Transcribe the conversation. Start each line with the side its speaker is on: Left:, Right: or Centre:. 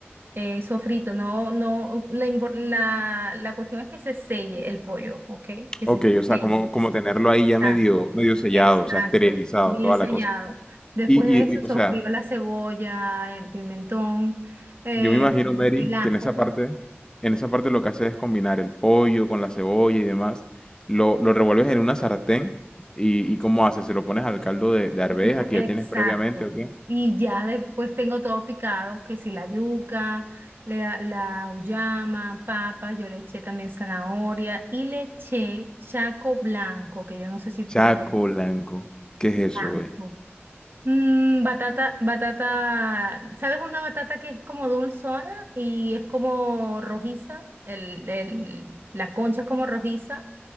Right: eh, sofrito. No, no, la, impor- la, la cuestión es que se selle el pollo, ¿ok? Que
Left: Ok,
Right: se
Left: o sea,
Right: selle.
Left: como, como tenerlo ahí
Right: Exacto,
Left: ya medio, medio sellado,
Right: exacto,
Left: o sea, esterilizado,
Right: bien
Left: toda
Right: sellado.
Left: la cosa.
Right: Después
Left: Y,
Right: de eso
Left: y, y,
Right: sofrío
Left: o sea,
Right: la cebolla, el pimentón, eh,
Left: Yo me imagino, Mary,
Right: el ajo.
Left: que en esa parte, en esa parte lo que haces es combinar el pollo con la cebolla y demás. Lo, lo revuelves en una sartén y, y ¿cómo haces? ¿Se lo pones al caldo de, de arveja
Right: Despu-
Left: que
Right: exacto.
Left: ya tienes previamente o qué?
Right: Y ya después tengo todo picado, que si la yuca, la, la auyama, papa, yo le eché también zanahoria y le eché chaco blanco, que yo no sé si tú
Left: Chaco
Right: sabes,
Left: blanco. ¿Qué es
Right: blanco.
Left: eso, güey?
Right: Mm, batata, batata, ¿sabes una batata que es como dulzona y es como rojiza? El, el- la concha es como rojiza.